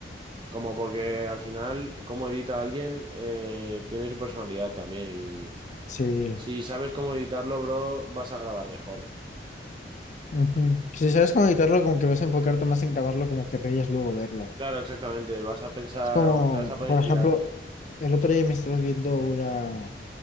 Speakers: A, on the right; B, on the left.
A: Como porque al final, cómo edita alguien eh, tiene su personalidad también. Y
B: Sí.
A: si sabes cómo editarlo, bro, vas a grabar mejor.
B: Ujú. Si sabes cómo editarlo, como que vas a enfocarte más en grabarlo, como que reyes luego verlo.
A: Claro, exactamente. Vas a pensar
B: Es como,
A: o te vas a poder
B: por
A: inspirar.
B: ejemplo, el otro día me estaba viendo una,